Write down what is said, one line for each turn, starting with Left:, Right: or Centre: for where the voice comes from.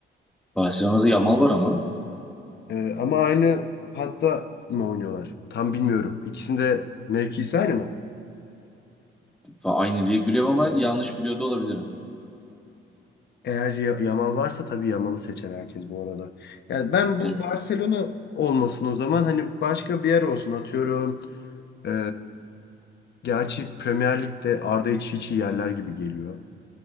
Centre: Barcelona'da Yamal var ama
Left: E, ama aynı hatta mı oynuyorlar? Tam bilmiyorum. İkisinde mevkisi aynı mı?
Centre: Fa- aynı değil biliyorum ama yanlış biliyor da olabilirim.
Left: Eğer Ya- Yamal varsa tabii Yamal'ı seçer herkes bu arada. Yani ben
Centre: Evet,
Left: bu Barcelona olmasın o zaman hani başka bir yer olsun atıyorum. E, gerçi Premier Lig'de Arda hiç hiç iyi yerler gibi geliyor.